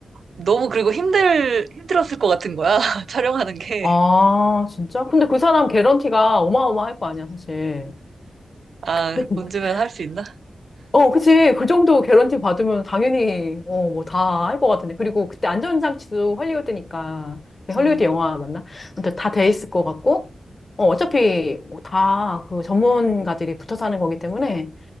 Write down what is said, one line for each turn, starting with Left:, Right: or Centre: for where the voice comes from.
Right: 너무 그리고 힘들, 힘들었을 것 같은 거야. <laughs> 촬영하는 게.
Left: 아, 진짜? 근데 그 사람 개런티가 어마어마할 거 아니야, 사실.
Right: 아,
Left: <laughs>
Right: 돈 주면 할 수 있나?
Left: 어, 그치. 그 정도 개런티 받으면 당연히, 어, 뭐 다 할 것 같은데. 그리고 그때 안전장치도 헐리우드니까. 네, 헐리우드
Right: 음,
Left: 영화 맞나? 근데 다 돼 있을 것 같고. 어, 어차피 뭐 다그 전문가들이 붙어 사는 거기 때문에